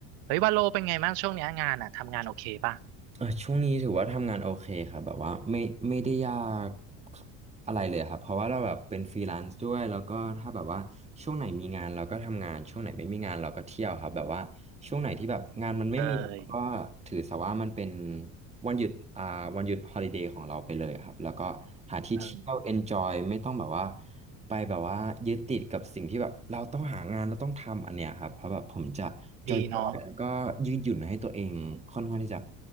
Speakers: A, on the right; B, on the right.
A: เฮ้ยว่าโลเป็นไงบ้างช่วงเนี้ยงานอ่ะทำงานโอเคป่ะ
B: เออช่วงนี้ถือว่าทำงานโอเคครับแบบว่าไม่ไม่ได้ยากอะไรเลยครับเพราะว่าเราแบบเป็นฟรีแลนซ์ด้วยแล้วก็ถ้าแบบว่าช่วงไหนมีงานเราก็ทำงานช่วงไหนไม่มีงานเราก็เที่ยวครับแบบว่าช่วงไหนที่แบบงานมันไม่มีเราก็ถือซะว่ามันเป็น
A: เออย
B: วันหยุดอ่าวันหยุดฮอลิเดย์ของเราไปเลยครับ แล้วก็หาที่เที่ยวเอนจอยไม่ต้องแบบว่า
A: เออ
B: ไปแบบว่ายึดติดกับสิ่งที่แบบเราต้องหางานเราต้องทำอันเนี้ยครับ เพราะแบบผมจะจอยๆแล้วก็ยืดหยุ่นให้ตัวเองค่อนข้างที่จะ
A: ดีเนาะ